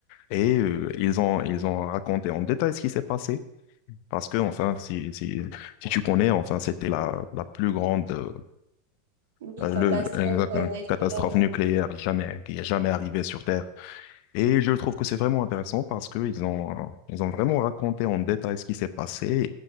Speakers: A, on the left (about 55°); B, on the right (about 70°).
A: Et euh, ils ont ils ont raconté en détail ce qui s'est passé. Parce que, enfin, si, si, si tu connais, enfin, c'était la, la plus grande euh,
B: oui,
A: le-
B: catastrophes
A: le- exact,
B: euh,
A: hein,
B: naturelles
A: catastrophe nucléaire jamais, qui est jamais arrivée sur Terre. Et
B: Mhm.
A: je trouve que c'est vraiment intéressant parce qu'ils ont, euh, ils ont vraiment raconté en détail ce qui s'est passé